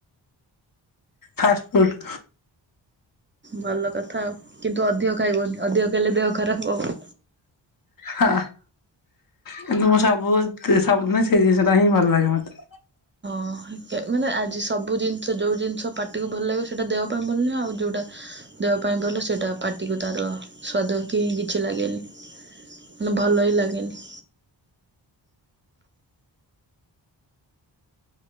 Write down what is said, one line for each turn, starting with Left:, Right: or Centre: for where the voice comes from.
Left: ଫାଷ୍ଟ ଫୁଡ୍
Right: ଭଲ କଥା କିନ୍ତୁ ଅଧିକ ଖାଇବନି ଅଧିକ ଖାଇଲେ ଦେହ ଖରାପ ହବ।
Left: ହ କିନ୍ତୁ ମୁଁ ସବୁ ସବୁଦିନେ ସେଇ ଜିନିଷଟା ହିଁ ଭଲ ଲାଗେ ମତେ।
Right: ହଁ ମାନେ ଆଜି ସବୁ ଜିନିଷ ଯୋଉ ଜିନିଷ ପାଟିକୁ ଭଲ ଲାଗିବ ସେଇଟା ଦେହ ପାଇଁ ଭଲ ନୁହେଁ, ଆଉ ଯୋଉଟା ଦେହ ପାଇଁ ଭଲ ସେଇଟା ପାଟିକୁ ତାର ସ୍ଵାଦ କି କିଛି ଲାଗେନି। ମାନେ ଭଲ ହିଁ ଲାଗେନି।